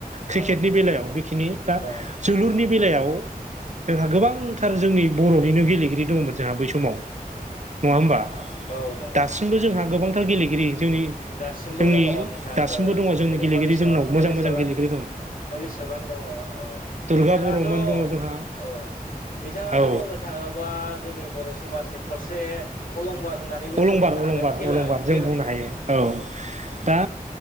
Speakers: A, on the left; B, on the right.
A: औ
B: क्रिकेटनि बेलायाव बेखिनि दा
A: औ
B: जोलुरनि बेलायाव जोंहा गोबांथार जोंनि बर'निनो गेलेगिरि दंमोन जोंहा बै समाव नङा होमबा
A: औ दङ
B: दासिमबो जोंहा गोबांथार गेलेगिरि जोंनि
A: दासिमबो
B: जोंनि
A: दङ नोंथां
B: दासिमबो दङ जोंनि
A: जेरै
B: गेलेगिरि
A: हलिचरन
B: जोंनाव मोजां
A: हलिचरन
B: मोजां गेलेगिरि दङ
A: हलिचरन दङ औ
B: दुर्गा
A: बिथाङाथ'
B: बर'मोन
A: औ
B: दङ जोंहा
A: बिथाङाथ'
B: औ
A: बुंनो था थाङोबा जोंनि बर' समाजनि थरसे अलंबार होननानैबो
B: अलंबार
A: जों बुंनो हागोन
B: अलंबार
A: खेला
B: अलंबार
A: खेला
B: जों बुंनो हायो औ दा